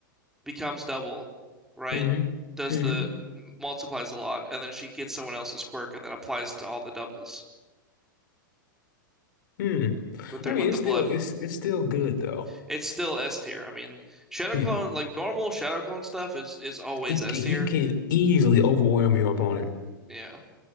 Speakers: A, in the centre; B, on the left (about 65°).
A: becomes double, right?
B: hmm
A: Does
B: hmm
A: the multiplies a lot, and then she gets someone else's quirk and then applies to all the doubles
B: Hmm.
A: with their
B: I mean,
A: with the
B: it's
A: blood.
B: still it's it's still good though.
A: It's still S tier. I mean, Shadow
B: Yeah,
A: Clone, like normal Shadow Clone stuff is is always
B: it,
A: S
B: you
A: tier.
B: can easily overwhelm your opponent.
A: Yeah.